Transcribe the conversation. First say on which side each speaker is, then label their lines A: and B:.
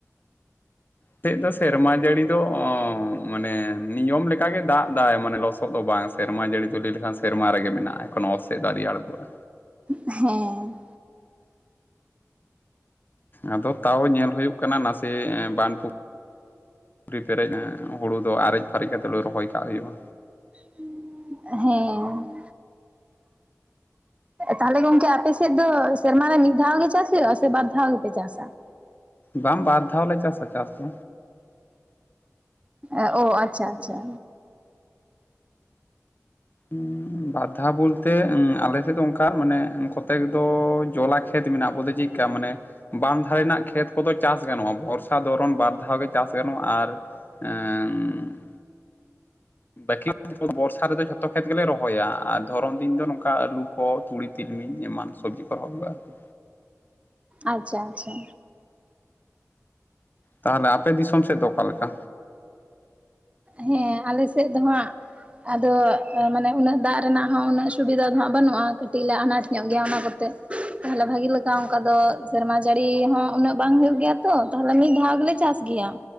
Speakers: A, on the left; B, on the right.
A: ᱛᱮᱫ ᱫᱚ ᱥᱮᱨᱢᱟ ᱡᱟᱹᱲᱤ ᱫᱚ ᱢᱟᱱᱮ ᱱᱤᱭᱚᱢ ᱞᱮᱠᱟᱜᱮ ᱫᱟᱜ ᱫᱟᱭ ᱢᱟᱱᱮ ᱞᱚᱥᱚᱫ ᱫᱚ ᱵᱟᱝ ᱥᱮᱨᱢᱟ ᱡᱟᱹᱲᱤ ᱫᱚ ᱞᱟᱹᱭ ᱞᱮᱠᱷᱟᱱ ᱥᱮᱨᱢᱟ ᱨᱮᱜᱮ ᱢᱮᱱᱟᱜᱼᱟ ᱮᱠᱷᱚᱱᱚ ᱚᱛ ᱥᱮᱫ ᱫᱚ ᱟᱹᱣᱨᱤ ᱟᱬᱜᱚᱜᱼᱟ᱾
B: ᱦᱮᱸ᱾
A: ᱟᱫᱚ ᱛᱟᱣ ᱧᱮᱞ ᱦᱩᱭᱩᱜ ᱠᱟᱱᱟ ᱱᱟᱥᱮ ᱵᱟᱱᱫᱷ ᱯᱩ ᱠᱷᱨᱤ ᱯᱮᱨᱮᱡ ᱮᱸᱻ ᱦᱩᱲᱩ ᱫᱚ ᱟᱨᱮᱡ ᱯᱷᱟᱨᱮᱡ ᱠᱟᱛᱮ ᱨᱚᱦᱚᱭ ᱠᱟᱜ ᱦᱩᱭᱩᱜᱼᱟ᱾
B: ᱦᱮᱸ᱾ ᱛᱟᱦᱚᱞᱮ ᱜᱚᱝᱠᱮ ᱟᱯᱮ ᱥᱮᱫ ᱫᱚ ᱥᱮᱨᱢᱟ ᱨᱮ ᱢᱤᱫ ᱫᱷᱟᱣ ᱜᱮ ᱪᱟᱥ ᱦᱩᱭᱩᱜ-ᱟ ᱥᱮ ᱵᱟᱨ ᱫᱷᱟᱣ ᱜᱮᱯᱮ ᱪᱟᱥᱟ?
A: ᱵᱟᱝ ᱵᱟᱨ ᱫᱷᱟᱣ ᱞᱮ ᱪᱟᱥᱟ ᱪᱟᱥ ᱫᱚ᱾
B: ᱮ ᱳ ᱟᱪᱪᱷᱟ ᱟᱪᱪᱷᱟ᱾
A: ᱩᱸᱻ ᱵᱟᱨ ᱫᱷᱟᱣ ᱵᱚᱞᱛᱮ ᱩᱸ ᱟᱞᱮ ᱥᱮᱫ ᱫᱚ ᱚᱱᱠᱟ ᱢᱟᱱᱮ ᱠᱚᱛᱮᱠ ᱫᱚ ᱡᱚᱞᱟ ᱠᱷᱮᱛ ᱢᱮᱱᱟᱜ-ᱟ ᱵᱚᱞᱛᱮ ᱪᱮᱫᱠᱟ ᱢᱟᱱᱮ ᱵᱟᱱᱫᱷ ᱫᱷᱟᱨᱮ ᱨᱮᱱᱟᱜ ᱠᱷᱮᱛ ᱠᱚᱫᱚ ᱪᱟᱥ ᱜᱟᱱᱚᱜᱼᱟ ᱵᱚᱨᱥᱟ, ᱫᱷᱚᱨᱚᱱ ᱵᱟᱨ ᱫᱷᱟᱣ ᱜᱮ ᱪᱟᱥ ᱜᱟᱱᱚᱜᱼᱟ ᱟᱨ ᱮᱢᱸ ᱵᱟᱹᱠᱤ ᱠᱷᱮᱛ ᱠᱚ ᱵᱚᱨᱥᱟ ᱨᱮᱫᱚ ᱡᱷᱚᱛᱚ ᱠᱷᱮᱛ ᱜᱮᱞᱮ ᱨᱚᱦᱚᱭᱟ ᱟᱨ ᱫᱷᱚᱨᱚᱢ ᱫᱤᱱ ᱫᱚ ᱱᱚᱝᱠᱟ ᱟᱹᱞᱩ ᱠᱚ ᱛᱩᱲᱤ ᱛᱤᱞᱢᱤᱧ ᱮᱢᱟᱱ ᱥᱚᱵᱡᱤ ᱠᱚ ᱨᱚᱦᱚᱭᱟ ᱟᱨᱠᱤ
B: ᱟᱪᱪᱷᱟ ᱟᱪᱪᱷᱟ
A: ᱛᱟᱦᱚᱞᱮ ᱟᱯᱮ ᱫᱤᱥᱚᱢ ᱥᱮᱫ ᱫᱚ ᱚᱠᱟ ᱞᱮᱠᱟ?
B: ᱦᱮᱸ ᱟᱞᱮ ᱥᱮᱫ ᱫᱚ ᱦᱟᱸᱜ ᱟᱫᱚ ᱢᱟᱱᱮ ᱩᱱᱟᱹᱜ ᱫᱟᱜ ᱨᱮᱱᱟᱜ ᱦᱚᱸ ᱩᱱᱟᱹᱜ ᱥᱩᱵᱤᱫᱷᱟ ᱫᱚ ᱦᱟᱸᱜ ᱵᱟᱹᱱᱩᱜᱼᱟ ᱠᱟᱹᱴᱤᱡ ᱞᱮ ᱟᱱᱟᱴ ᱧᱚᱜ ᱜᱮᱭᱟ ᱚᱱᱟ ᱠᱚᱛᱮ ᱛᱟᱦᱚᱞᱮ ᱵᱷᱟᱜᱤ ᱞᱮᱠᱟ ᱚᱱᱠᱟ ᱫᱚ ᱥᱮᱨᱢᱟ ᱡᱟᱹᱲᱤ ᱦᱚᱸ ᱩᱱᱟᱹᱜ ᱵᱟᱝ ᱦᱩᱭᱩᱜ ᱜᱮᱭᱟ ᱛᱚ᱾ ᱛᱟᱦᱚᱞᱮ ᱢᱤᱫ ᱫᱷᱟᱣ ᱜᱮᱞᱮ ᱪᱟᱥ ᱜᱮᱭᱟ